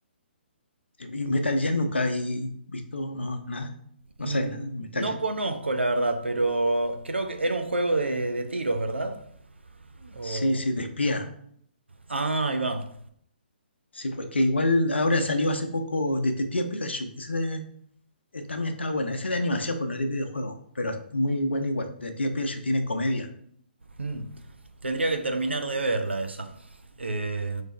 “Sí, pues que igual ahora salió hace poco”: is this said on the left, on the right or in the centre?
Left